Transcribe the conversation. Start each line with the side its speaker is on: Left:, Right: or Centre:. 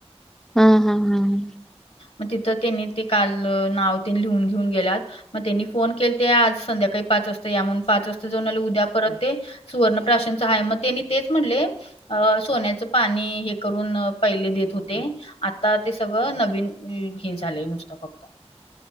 Centre: हां, हां, हां.
Left: मग तिथं त्यानी ते काल नाव ते लिहून घेऊन गेलात. मग त्यांनी फोन केले. ते आज संध्याकाळी पाच वाजता या म्हणून पाच वाजता जाऊन आले. उद्या परत ते सुवर्णप्राशांचा आहे. मग त्यांनी तेच म्हणले! अ सोन्याचं पाणी हे करून पहिले देत होते. आता ते सगळं नवीन हे झालेय नुसतं फक्त